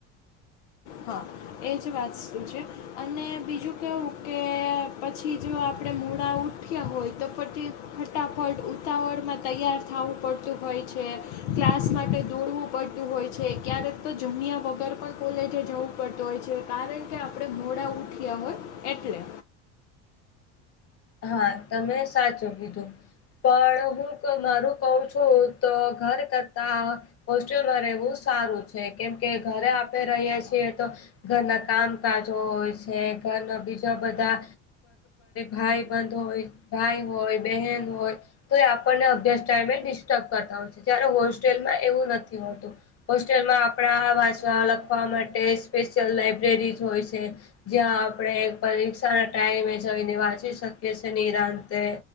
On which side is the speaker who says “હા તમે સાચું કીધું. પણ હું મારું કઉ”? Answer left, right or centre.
Left